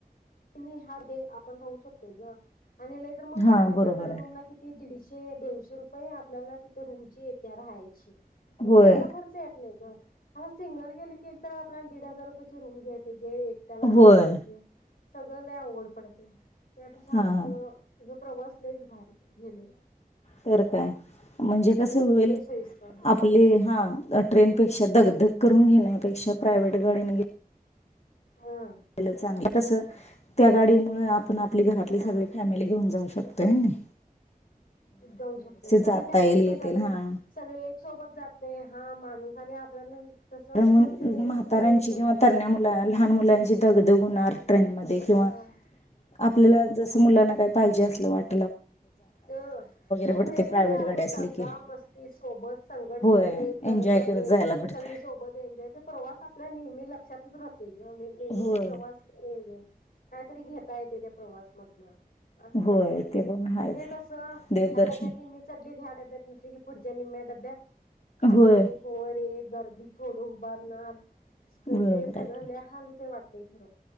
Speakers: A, on the left (about 75°); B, on the left (about 45°).
A: <unintelligible> हा दे आपण राहू शकतोय ग आणि लय तर मग
B: हां
A: क्वांटिटी
B: बरोबर
A: आपल्या
B: आहे
A: रूमला किती दिडीशे एकशे दोनशे रुपये आपल्याला तिथे रुमची येते राहायची पण
B: होय
A: मग एवढा खर्च येत नाही ग. हा सिंगल गेली एक तर आपल्याला दीड हजार रूपयाची रूम घ्याय पाहि जे एकट्याला राह्या
B: होय
A: पाहिजे सगळं ला अवघड पडतय त्या पेक्षा
B: हां
A: असं
B: हां
A: प्रवास लयच भारी गेलंय
B: तर काय म्हणजे कस होईल
A: लई सोयीस्कर हा
B: आपले हा ट्रेनपेक्षा दगदग करून घेण्यापेक्षा प्रावेट गाडी न गे
A: हा
B: पाहिलं चांगलं कसं त्या गाडीमुळे पण आपली घरातली
A: हा
B: सगळी फॅमिली घेऊन जाऊ शकतोय हाय नी
A: जाऊ शकते सगळी
B: जाता
A: फॅमिली
B: येईल येतील
A: पण जाते
B: हा
A: सगळी एक सोबत जाते हा माणूस आणि आपल्याला तसं
B: तर
A: कोण इकडे हे
B: म्हाताऱ्यांची
A: तिकडे येऊ शकत
B: किंवा
A: नाही
B: तरण्या
A: ग
B: मुला लहान मुलांची दगदग होणार ट्रेन मध्ये किंवा
A: होय
B: आपल्याला जसं मुलांना काय पाहिजे अस लवाट
A: अ आणि
B: भेटते
A: मेन
B: प्रायव्हेट
A: म्हणजे आत
B: गाडी असली
A: दंगा,
B: की
A: मस्ती सोबत संगत
B: होय
A: सगळं ते करत
B: एन्जॉय
A: जाते
B: जायला भेटत
A: सगळी सोबत तो प्रवास आपल्या नेहमी लक्षातच राह नेहमीचा
B: होय
A: प्रवास वेगळे कायतरी घेता येतय त्या प्रवासमधन अस
B: होय
A: पण हाय <inaudible>
B: ते पण आहेच
A: हे कसं
B: देवदर्शन
A: ह्या डब्यातनी मि चढली की डब्यात यात नसल की पुढच्या निम्म्या डब्यात खाली
B: होय
A: एक वर एक गर्दीत थोडं उभारणार कसे
B: बरोबर
A: सगळ
B: आहे की
A: लय हाल होतय वाटत ते खरय